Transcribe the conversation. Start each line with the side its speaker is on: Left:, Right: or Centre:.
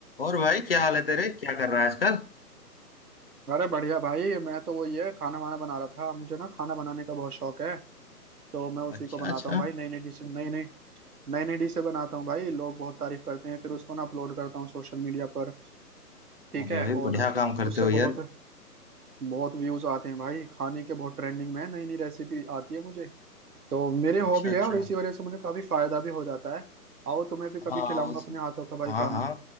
Left: और भाई क्या हाल है तेरे क्या कर रहा है आजकल
Right: अरे बढ़िया भाई मैं तो वो ये खाना वाना बना रहा था मुझे ना खाना बनाने का बहुत शौक है तो मैं उसी
Left: अच्छा
Right: को बनाता
Left: अच्छा
Right: हूँ भाई नई नई डिश नई नई नई नई डिशें बनाता हूँ भाई लोग बहुत तारीफ करते हैं फिर उसको ना अपलोड करता हूँ सोशल मीडिया पर ठीक
Left: अरे
Right: है
Left: भाई
Right: और
Left: बढ़िया काम करते
Right: उससे
Left: हो यार
Right: बहुत बहुत व्यूज आते हैं भाई खाने के बहुत ट्रेंडिंग में है नई नई रेसिपी आती है मुझे तो मेरी
Left: अच्छा
Right: हॉबी
Left: अच्छा
Right: है और इसी वजह से मुझे काफी फायदा भी हो जाता है आओ तुम्हें भी कभी
Left: हाँ
Right: खिलाऊंगा
Left: उस
Right: अपने हाथों का भाई
Left: हाँ
Right: खाना
Left: हाँ